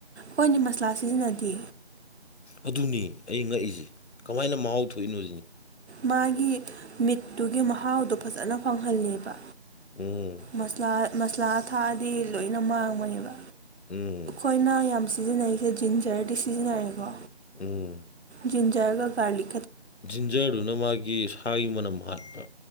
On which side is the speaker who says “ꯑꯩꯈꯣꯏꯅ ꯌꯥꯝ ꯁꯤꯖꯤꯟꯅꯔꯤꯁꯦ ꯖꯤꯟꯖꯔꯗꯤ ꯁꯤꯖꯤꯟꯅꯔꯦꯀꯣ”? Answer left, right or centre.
Right